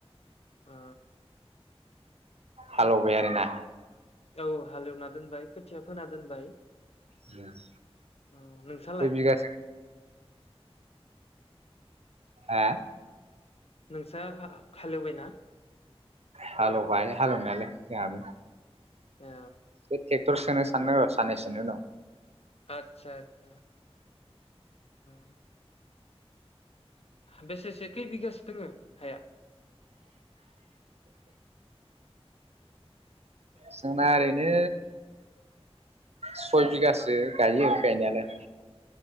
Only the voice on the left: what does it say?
ओ
औ हालेवना दोनबाय खोथिया फोना दोनबाय।
औ नोंसालाय
नोंसो हा हालेवबायना?
अ
आत्सा आत्सा। उम। बेसेसो खै बिगासो दोङो हाया?